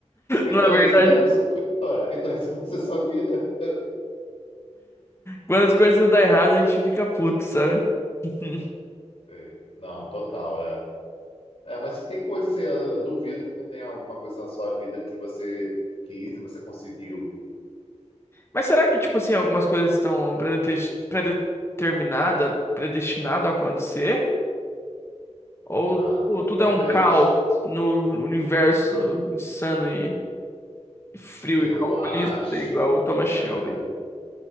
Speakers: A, on the left; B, on the left.
A: Então
B: Não é verdade?
A: é isso que vai ser a sua vida. ué. Então é isso que vai ser a sua vida.
B: Quando as coisas dão errado, a gente fica puto, sabe? <laughs>
A: É. Não, total, é. É, mas se tem coisa assim, eu eu duvido que não tenha alguma coisa na sua vida que você quis e você conseguiu.
B: Mas será que, tipo assim, algumas coisas estão predete- predeterminada, predestinado a acontecer? Ou
A: Ah,
B: tudo,
A: ta-
B: tudo
A: talvez.
B: é um caos no universo insano e e frio
A: Eu
B: e calculista,
A: acho.
B: igual o Thomas Shelby?
A: É,